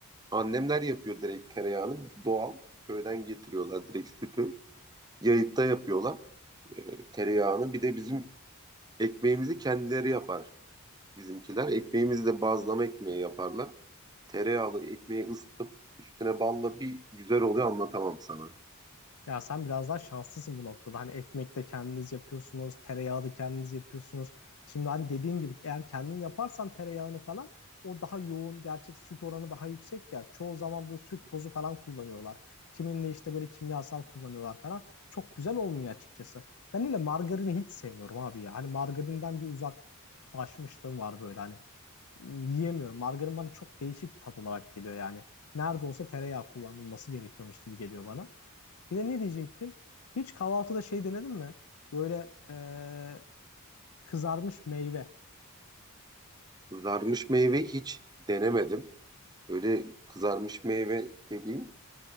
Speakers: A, on the right; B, on the left.
A: annemler yapıyor direkt tereyağını doğal köyden getiriyorlar direkt sütü. Yayıkta yapıyorlar. e, tereyağını. Bir de bizim ekmeğimizi kendileri yapar bizimkiler. Ekmeğimizi de bazlama ekmeği yaparlar. Tereyağlı ekmeği ısıtıp üstüne balla bir güzel oluyor anlatamam sana.
B: Ya sen biraz daha şanslısın bu noktada. Hani ekmek de kendiniz yapıyorsunuz, tereyağı da kendiniz yapıyorsunuz. Şimdi hani dediğin gibi eğer kendin yaparsan tereyağını falan o daha yoğun, gerçek süt oranı daha yüksek ya. Çoğu zaman böyle süt tozu falan kullanıyorlar. Kiminle işte böyle kimyasal kullanıyorlar falan. Çok güzel olmuyor açıkçası. Ben öyle margarini hiç sevmiyorum abi ya. Hani margarinden bir uzaklaşmışlığım var böyle. Hani yiyemiyorum. Margarin bana çok değişik bir tat olarak geliyor yani. Nerede olsa tereyağı kullanılması gerekiyormuş gibi geliyor bana. Bir de ne diyecektim? Hiç kahvaltıda şey denedin mi? Böyle eee, kızarmış meyve.
A: Kızarmış meyve hiç denemedim. Öyle kızarmış meyve dediğin